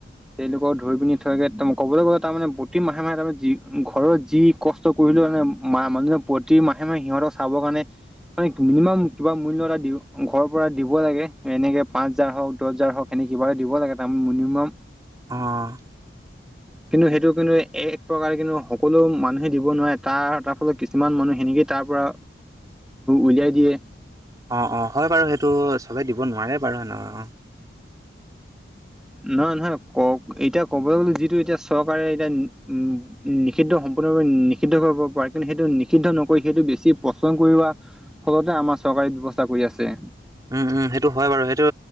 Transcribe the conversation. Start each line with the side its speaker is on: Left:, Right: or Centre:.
Centre: তেওঁলোকক ধৰি পিনি থৈগে ক'বলৈ গ'লে তাৰমানে প্ৰতি মাহে মাহে তাৰমানে যি ঘৰৰ যি কষ্ট কৰিলে মনে মা মানুহে প্ৰতি মাহে মাহে সিহঁতক চাবৰ কাৰণে মানে মিনিমাম কিবা মূল্য এটা দি ঘৰৰ পৰা দিব লাগে। এনেকে পাঁচ হাজাৰ হওঁক, দহ হাজাৰ হওক। এনে কিবা এটা দিব লাগে। তাৰমান মিনিমাম
Right: অ',
Centre: কিন্তু সেইটো কিন্তু এক প্ৰকাৰে কিন্তু সকলো মানুহে দিব নোৱাৰে। তাৰ তাৰ ফলত কিছুমান মানুহ সেনেকে তাৰ পৰা উলিয়াই দিয়ে।
Right: অ', অ, হয়, বাৰু সেইটো চবে দিব নোৱাৰে, বাৰু হেনে অ,
Centre: নহয়। নহয়। ক এতিয়া ক'বলৈ গ'লে যিটো এতিয়া চৰকাৰে এতিয়া উম, নিষিদ্ধ সম্পূৰ্ণৰূপে নিষিদ্ধ কৰিব পাৰে। কিন্তু সেইটো নিষিদ্ধ নকৰি সেইটো বেছি পচন্দ কৰিবা ফলতে আমাৰ চৰকাৰী ব্যৱস্থা কৰি আছে।
Right: উম', উম, সেইটো হয়, বাৰু সেইটো